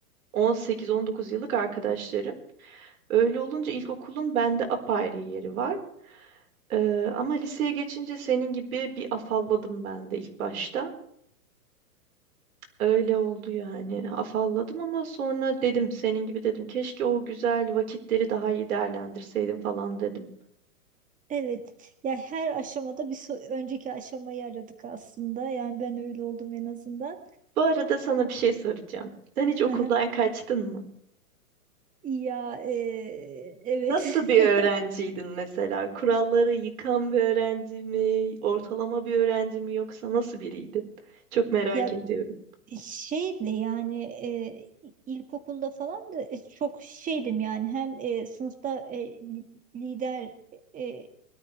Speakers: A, on the right; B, on the right.
A: 18-19 yıllık arkadaşlarım. Öyle olunca ilkokulun bende apayrı yeri var. Ee, ama liseye geçince senin gibi bir afalladım ben de ilk başta. Öyle oldu yani. Afalladım ama sonra dedim senin gibi dedim. Keşke o güzel vakitleri daha iyi değerlendirseydim falan dedim.
B: Evet. Ya her aşamada bir so- önceki aşamayı aradık aslında. Yani ben öyle oldum en azından.
A: Bu arada sana bir şey soracağım. Sen hiç okuldan
B: Hı hı.
A: kaçtın mı?
B: Ya e, evet.
A: Nasıl bir
B: <laughs>
A: öğrenciydin mesela? Kuralları yıkan bir öğrenci mi, ortalama bir öğrenci mi yoksa nasıl biriydin? Çok merak
B: Ya
A: ediyorum.
B: şeydi yani e, ilkokulda falan da e, çok şeydim yani hem e, sınıfta e, li- lider e,